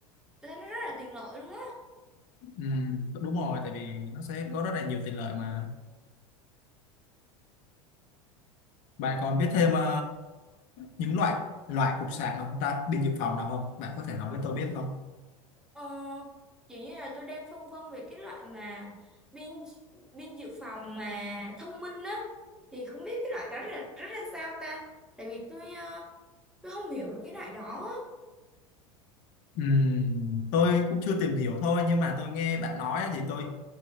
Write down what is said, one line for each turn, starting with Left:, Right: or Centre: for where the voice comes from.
Centre: tôi thấy nó rất là tiện lợi luôn á
Left: ừ, đúng rồi tại vì nó sẽ có rất là nhiều tiện lợi mà Bạn còn biết thêm ờ, những loại loại cục sạc nào không ta? Pin dự phòng nào không? Bạn có thể nói với tôi biết không?
Centre: ờ, kiểu như là tôi đang phân vân về cái loại mà pin pin dự phòng mà thông minh á thì không biết cái loại đó là rất là sao ta tại vì tôi ờ, tôi không hiểu cái loại đó
Left: Ừm, tôi cũng chưa tìm hiểu thôi nhưng mà tôi nghe bạn nói thì tôi